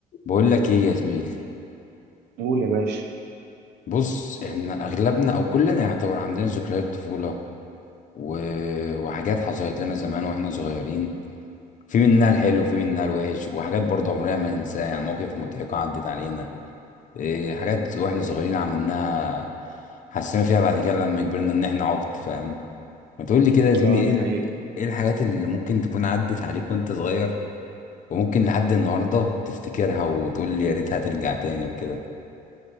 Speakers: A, on the left; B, on the right.
A: بقول لك ايه يا زميلي
B: قول يا باشا
A: بص احنا اغلبنا او كلنا يعتبر عندنا ذكريات طفولة و... وحاجات حصلت لنا زمان واحنا صغيرين في منها الحلو وفي منها الوحش وحاجات برضه عمرنا ما ننساها يعني مواقف مضحكة عدت علينا إيه حاجات واحنا صغيرين عملناها حسينا فيها بعد كده لما كبرنا ان احنا عبط فاهم ما تقول لي كده يا زميلي
B: اه
A: ايه
B: دي
A: ال...
B: حقيقة
A: ايه الحاجات اللي ممكن تكون عدت عليك وانت صغير وممكن لحد النهاردة تفتكرها وتقول لي يا ريتها ترجع تاني وكده